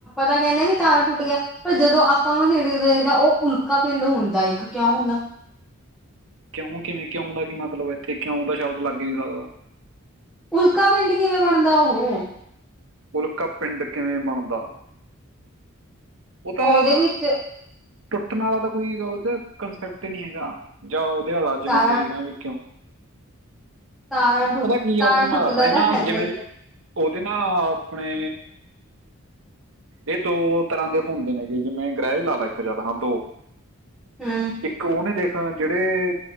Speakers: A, in the centre; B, on the right.
A: ਤਾਂ ਕਹਿੰਦੇ ਵੀ ਤਾਰਾ ਟੁੱਟ ਗਿਆ ਪਰ ਜਦੋਂ ਆਪਾਂ ਉਹਨ ਨੇੜੇ ਦੇਖਦਾ ਉਹ ਉਲਕਾ ਪਿੰਡ ਹੁੰਦਾ ਇੱਕ ਕਿਉਂ ਹੁੰਦਾ
B: ਕਿਉਂ ਕਿਵੇਂ ਕਿਉਂ ਦਾ ਕੀ ਮਤਲਬ ਹੈ ਇੱਥੇ ਕਿਉਂ ਦਾ ਸ਼ਬਦ ਲੱਗ ਨਹੀਂੀ ਸਕਦਾ
A: ਉਲਕਾ ਪਿੰਡ ਕਿਵੇਂ ਬਣਦਾ ਉਹ
B: ਉਲਕਾ ਪਿੰਡ ਕਿਵੇਂ ਬਣਦਾ ਉਹ ਤਾਂ
A: ਉਹਦੇ ਵਿੱਚ
B: ਟੁੱਟਣ ਵਾਲਾ ਤਾਂ ਕੋਈ ਉਹ ਕੰਸੈਪਟ ਨਹੀਂੀ ਹੈਗਾ ਜਾ ਉਧਿਆਲਾ ਅੱਜ
A: ਤਾਰਾ
B: ਮੈਂ ਤੁਸੀਂ ਕਹ ਵੇਖਿਓ
A: ਤਾਰਾ ਟੁੱਟ
B: ਕੀ
A: ਤਾਰਾ
B: ਆ ਤੈਨੂੰ ਮੈਂ
A: ਟੁੱਟਦਾ
B: ਦੱਸਦਾ ਇਹ ਨਾ
A: ਤਾਂ ਹੈਗਾ
B: ਜਿਵੇਂ
A: ਹੀ ਹੈ।
B: ਉਹਦੇ ਨਾ ਆਪਣੇ ਇਹ ਦੋ- ਤਰ੍ਹਾਂ ਦੇ ਹੁੰਦੇ ਨੇਗੇ ਜਿਵੇਂ ਗ੍ਰਹਿ ਲਾਲਾ ਇੱਕ ਚੱਲ ਹਾਂ ਦੋ-
A: ਹਮ
B: ਇੱਕ ਉਹਨੇ ਦੇਖ- ਜਿਹੜੇ